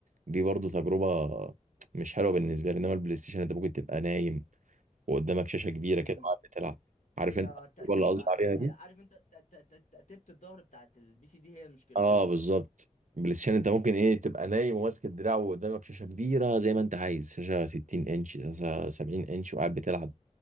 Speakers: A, on the right; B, on the left.
A: دي برضه تجربه مش حلوه بالنسبه لي انما البلاي ستيشن انت ممكن تبقى نايم وقدامك شاشه كبيره
B: امم
A: كده وقاعد بتلعب عارف
B: هي
A: انت التجربة
B: تأتيبة
A: اللي قصدي عليها
B: تأتي... عارف انت ت- ت- ت- تأتيبة الظهر بتاعت البي سي دي هي المشكلة
A: اه بالظبط بلاي ستيشن انت ممكن ايه تبقى نايم وماسك الدراع وقدامك شاشه كبيره زي ما انت عايز شاشه 60 انش شاشه 70 انش وقاعد بتلعب